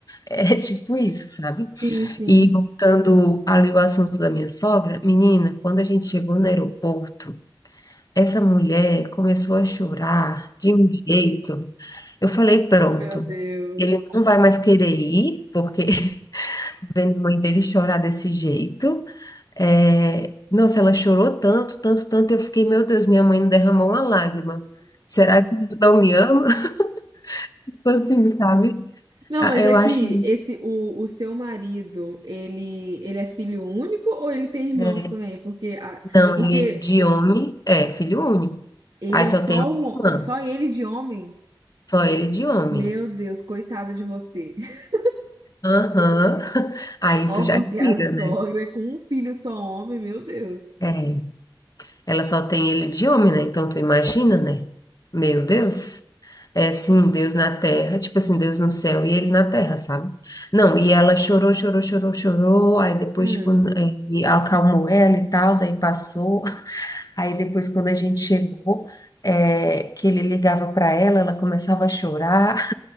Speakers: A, on the left; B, on the right.
A: É <laughs> tipo isso, sabe?
B: Sim, sim.
A: E voltando ali ao assunto da minha sogra, menina, quando a gente chegou no aeroporto, Essa mulher começou a chorar de um jeito. Eu falei, pronto,
B: Meu Deus.
A: ele não vai mais querer ir, porque <laughs> vendo a mãe dele chorar desse jeito. é, Nossa, ela chorou tanto, tanto, tanto. Eu fiquei, meu Deus, minha mãe não derramou uma lágrima. Será que ele não me ama? <laughs> Tipo assim, sabe?
B: Não,
A: Ah,
B: mas
A: Eu
B: é que
A: acho,
B: esse, o, o seu marido, ele, ele é filho único ou ele tem irmãos
A: é,
B: também? Porque, a-
A: não,
B: porque
A: ele de homem é filho único.
B: ele
A: Aí
B: é
A: só
B: só,
A: tem uma
B: um-
A: irmã,
B: só ele de homem?
A: só ele de homem.
B: Meu Deus, coitada de você. <laughs>
A: Aham. <laughs> Aí
B: Ó,
A: tu já
B: porque
A: tira,
B: a sogra
A: né?
B: é com um filho só homem, meu Deus.
A: É. Ela só tem ele de homem, né? Então tu imagina, né? Meu Deus. É sim, Deus na terra, tipo assim, Deus no céu e ele na terra, sabe? Não, e ela chorou, chorou, chorou, chorou, aí depois,
B: Hum.
A: tipo, é, e acalmou ela e tal, daí passou. Aí depois, quando a gente chegou, é, que ele ligava para ela, ela começava a chorar.